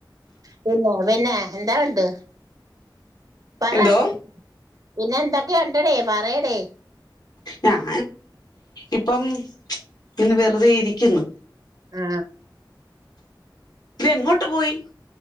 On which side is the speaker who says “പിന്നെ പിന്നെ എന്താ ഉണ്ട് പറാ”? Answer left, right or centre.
Right